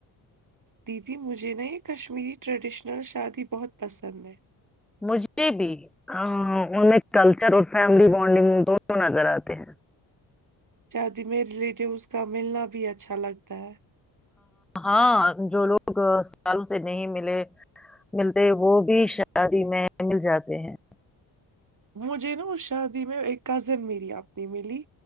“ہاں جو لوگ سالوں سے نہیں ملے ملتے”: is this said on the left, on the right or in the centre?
Centre